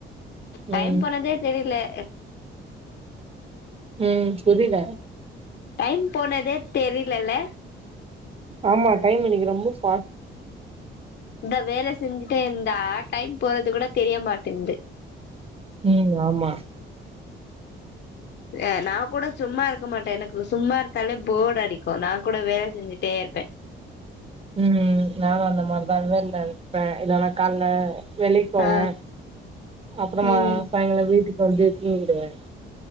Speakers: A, on the left; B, on the right.
A: டைம்
B: ம்
A: போனதே தெரிலே
B: ம் புரில
A: டைம் போனதே தெரிலல
B: ஆமா டைம் இன்னைக்கி ரொம்ப ஸ்
A: இந்த வேல செஞ்சுட்டே இருந்தா டைம் போறது கூட தெரிய மாட்டிங்து
B: ம் ஆமா
A: அ நா கூட சும்மா இருக்க மாட்டே எனக்கு சும்மா இருந்தாலே போர் அடிக்கு நா கூட வேல செஞ்சுட்டே இருப்பே
B: ம் நானு அந்த மரிதா வேல்ல இருப்பே இல்லனா கால்ல வெளிக்கு போவே
A: ஆ
B: அப்றமா
A: ம்
B: சாயங்காலோ வீட்டுக்கு வந்து தூங்கிடுவே